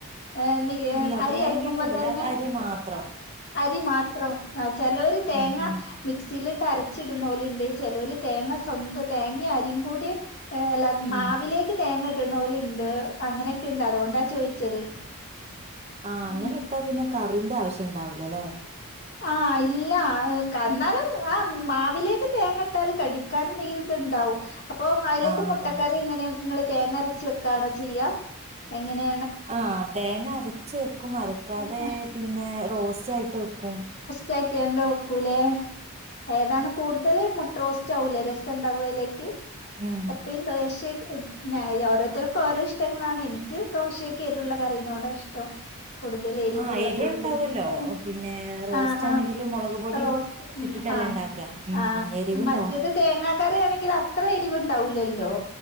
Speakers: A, on the left (about 45°); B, on the right (about 30°).
A: ഏഹ് ഉം യേം
B: ഇല്ല
A: അരി
B: തേങ്ങയൊന്നും
A: അരക്കുമ്പോ
B: ഇടില്ല
A: തന്നെ
B: അത് അരി മാത്രം
A: അരി മാത്രം ചെലോര് തേങ്ങ
B: ഉം ഉം
A: മിക്സില് അരച്ചിടണോലുണ്ട് ചെലോല് തേങ്ങ സ്വന്തം തേങ്ങ അരീം കൂടി അല്ല മാവിലേക്ക്
B: ഉം
A: തേങ്ങ ഇട്ണോലുണ്ട് അങ്ങനെ ഒക്കെയിണ്ട്. അതുകൊണ്ടാ ചോയിച്ചത്.
B: ആ അങ്ങനെ
A: ഉം
B: ഇട്ടാ പിന്നെ കർ റിന്റെ ആവശ്യംണ്ടാവുല ലെ?
A: ആ ഇല്ല കന്നാലും. ആ മാവിലേക്ക് തേങ്ങട്ടാല് കടിക്കാനും നെയ്ൽത്ണ്ടാവും. അപ്പൊ അയിലേക്ക്
B: ആഹ്
A: മുട്ടക്കറി
B: അതന്നെ
A: എങ്ങനെ ഇങ്ങള് തേങ്ങരച്ച് വെക്കാണോ? ചെയ്യാ എങ്ങനെ?
B: ആഹ് തേങ്ങ അരച്ചു വെക്കും അരക്കാതെ
A: ഉം
B: പിന്നെ റോസ് ച്ചായിട്ട് വെക്കും.
A: ചാക്കിയാണ്ട് വെക്കൂലെ ഏതാണ് കൂടുതല് മുട്ടറോസ്റ്റാവൂലെ രസണ്ടാവ അതിലേക്ക്.
B: ഉം
A: എപ്പഴന്താശ്യേ ഇന്നായോ ഓരോരുത്തർക്കും ഓരോ ഇഷ്ടങ്ങളാണെ ഇൻക്ക് ദോശയ് ൻക്കെരുള്ള കറീനോടാ ഇഷ്ട്ടം കൂടുതല് എരിവുള്ള
B: ആഹ് എരു
A: കൂടുതല്
B: ഉണ്ടാവല്ലോ
A: ഏയ്‌
B: പിന്നെ റോസ്റ്റ്
A: ആഹ് ആഹ്
B: ആണെങ്കില് മുളക് പൊടി
A: റോസ്റ്റ് മ്
B: ഇട്ടിട്ടല്ലേ
A: ആഹ്
B: ഇണ്ടാക്ക ഉം
A: ആഹ്
B: എരിവുണ്ടാവും
A: മറ്റേത് തേങ്ങാ കറ്യാണങ്കില് അത്ര എരിവ്ണ്ടാവൂല ല്ലോ